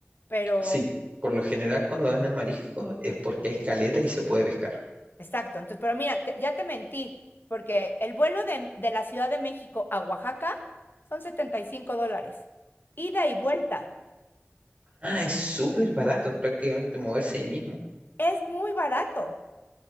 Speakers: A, on the left (about 50°); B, on the right (about 35°).
A: pero
B: Sí, por lo general cuando venden mariscos es porque hay caleta y se puede pescar.
A: Exacto, entonces, pero mira, te- ya te mentí, porque el vuelo de, de la Ciudad de México a Oaxaca son 75 dólares, ida y vuelta,
B: Ah, es súper barato, es prácticamente moverse ahí mismo.
A: es muy barato.